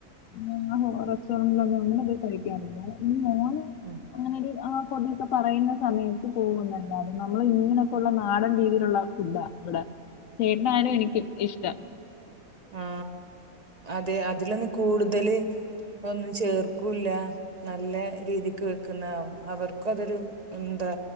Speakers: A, on the left; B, on the right.
A: ന <unintelligible> ഭാഗങ്ങൾ ഒന്നും അങ്ങനെ പോയി കഴിക്കാറില്ല <unintelligible> അ
B: ഉം
A: അങ്ങനെ ഒരു ആ- <unintelligible> പറയുന്ന സമയത്ത് പോകുന്നുന്നല്ലാതെ നമ്മള് ഇങ്ങനൊക്കെ ഉള്ള നാടൻ രീതിയിലുള്ള ഫുഡാ ഇവിടെ എന്നാലും എനിക്ക് ഇഷ്ടാ...
B: ആ.... അതെ അതിലൊന്ന് കൂടുതല്- ഒന്നും ചേർക്കൂല്ല നല്ല രീതിക്ക് അവർക്കും അതൊരു എന്താ